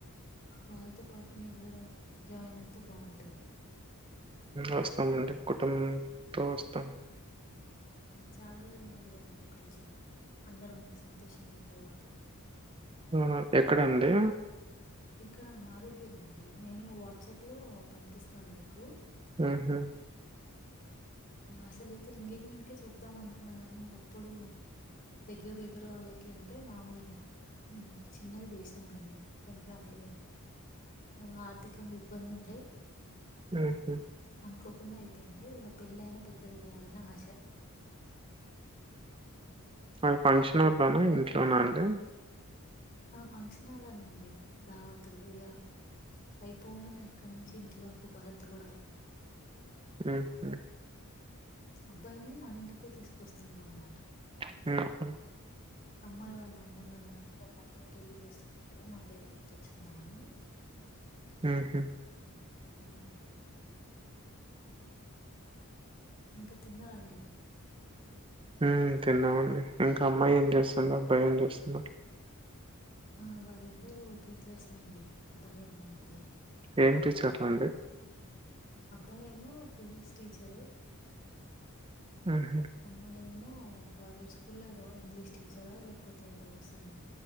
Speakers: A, on the left (about 40°); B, on the right (about 25°).
A: వాళ్ళతో పాటు మీరు కూడా జాయిన్ అయితే బావుంటది.
B: వస్తామండి, కుటుంబంతో వస్తాం.
A: చాలా రోజులు అయింది కదండి కొంచెం అందరం సంతోషంగా కలువక.
B: ఆ ఎక్కడండి?
A: ఇక్కడ మా దగ్గర అండి. నేను వాట్సాప్లో పంపిస్తాను మీకు.
B: ఆహా.
A: అసలయితే ఎంగేజ్మెంట్కే చెప్దాం అనుకున్నా కానీ ఇంగ అప్పుడు దగ్గర దగ్గర వాళ్ళ కి అంటే మామూలుగా చిన్నగా చేసినం అండి, కొంచెం అప్పుడు ఆ ఆర్థికంగా ఇబ్బంది ఉండే
B: ఆహా.
A: అనుకోకుండా అయిపోయింది, ఇగ పెళ్ళి అయినా పెద్దగ చేయాలని ఆశ.
B: మరి ఫంక్షన్ హాల్లోనా, ఇంట్లోనా అండి.
A: ఆ ఫంక్షన్ హాల్లోనే అండి దావత్ ఇగ. అయిపోంగనే అక్కడి నుంచి ఇంటి వరకు భరత్ కూడా.
B: ఉహ్
A: అబ్బాయిని మన ఇంటికె తీసుకొస్తున్నాం అన్మాట.
B: ఆ హు
A: అమ్మాయి వాళ్లు రమ్మన్నారు కానీ ఇంకా మనమే పెళ్లి చేస్తాం కదా మన దగ్గరికి తెచ్చుకుందాంమని
B: ఆ హ
A: ఉ ఇంకా తిన్నా అండి
B: హ్మ్మ్ తిన్నామండి ఇంకా అమ్మాయి ఏం చేస్తుంది అబ్బాయి ఏం చేస్తున్నాడు
A: ఆ వాళ్ళిద్దరు టీచర్స్ అండి అబ్బాయి అమ్మాయి ఇద్దారు
B: ఏం టీచర్లు అండి
A: అబ్బాయి ఏమో ఫిజిక్స్ టీచరు
B: ఆహ
A: అమ్మా ఏమో ప్రైవేట్ స్కూల్లో ఏదో ఇంగ్లీష్ టీచరా లేకపోతే ఏదో సం